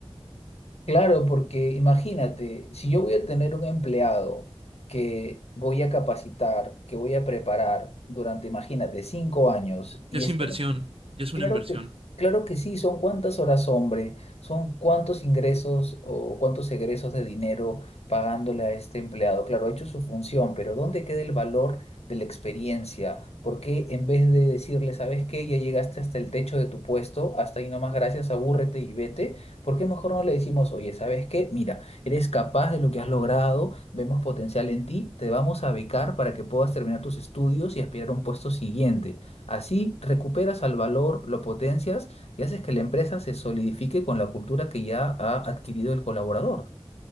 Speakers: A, on the left; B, on the right.
A: Claro, porque imagínate, si yo voy a tener un empleado que voy a capacitar, que voy a preparar durante, imagínate, cinco años y
B: Ya es inversión, ya es
A: Claro
B: una inversión.
A: que, claro que sí, son cuántas horas hombre, son cuántos ingresos o cuántos egresos de dinero pagándole a este empleado. Claro, ha hecho su función, pero ¿dónde queda el valor de la experiencia? ¿Por qué en vez de decirle, ¿sabes qué? Ya llegaste hasta el techo de tu puesto, hasta ahí nomás, gracias, abúrrete y vete, ¿por qué mejor no le decimos, oye, ¿sabes qué? Mira, eres capaz de lo que has logrado, vemos potencial en ti, te vamos a becar para que puedas terminar tus estudios y aspirar a un puesto siguiente. Así recuperas al valor, lo potencias y haces que la empresa se solidifique con la cultura que ya ha adquirido el colaborador.